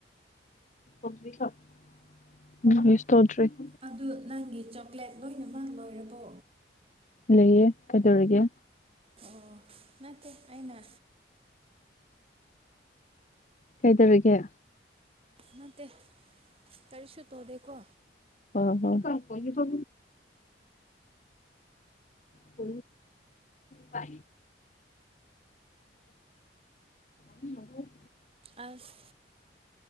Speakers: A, on the left; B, on the right.
A: ꯎꯝꯁ ꯇꯧꯗ꯭ꯔꯔꯤ
B: ꯑꯗꯨ ꯅꯪꯒꯤ ꯆꯣꯀ꯭ꯂꯦꯠ ꯂꯣꯏꯅꯃꯛ ꯂꯣꯏꯔꯕꯣ
A: ꯂꯩꯌꯦ ꯀꯩꯗꯧꯔꯒꯦ
B: ꯑꯣ ꯅꯠꯇꯦ ꯑꯩꯅ
A: ꯀꯩꯗꯧꯔꯤꯒ
B: ꯅꯠꯇꯦ ꯇꯔꯤꯁꯨ ꯇꯣꯗꯦꯀꯣ
A: ꯥꯏ ꯁ ꯀ ꯄ ꯁꯨ
B: ꯑꯁ